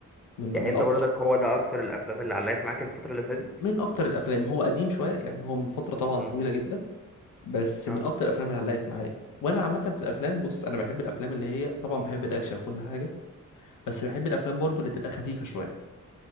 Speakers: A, on the left (about 85°); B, in the centre.
A: من
B: يعني
A: من
B: انت
A: اقوى
B: برضك هو ده اكتر الافلام اللي علقت معاك الفترة اللي فاتت
A: من اكتر الافلام هو قديم شويه يعني هو من فتره طبعا
B: مم.
A: طويله جدا بس
B: اه
A: من اكتر الافلام اللي علقت معايا وانا عامه في الافلام بص انا بحب الافلام اللي هي طبعا بحب الاكشن كل حاجه بس بحب الافلام برضو اللي تبقى خفيفه شويه